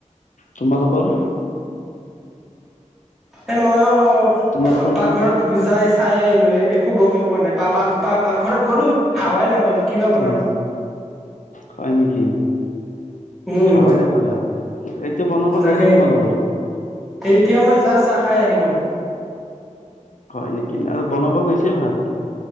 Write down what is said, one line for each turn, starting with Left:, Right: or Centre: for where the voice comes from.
Left: তোমালোকৰ
Centre: এ মইয়ো
Left: তোমালোকৰ
Centre: পাকঘৰত
Left: কি
Centre: যাই চাই আহিলো। এ একো গমেই পোৱা নাই। পাপা পা পাকঘৰত গ'লো হাৱাই নাপালো। কিবা বনাব
Left: অ', হয়। নেকি?
Centre: উম
Left: খাৱাই নেপালা এতিয়া বনাব
Centre: তাকে
Left: গ'লে তোমালোকৰ
Centre: এতিয়া মই জাষ্ট চাহ খাই আহিলো।
Left: হয় নেকি আৰু বনাব গৈছে ভাত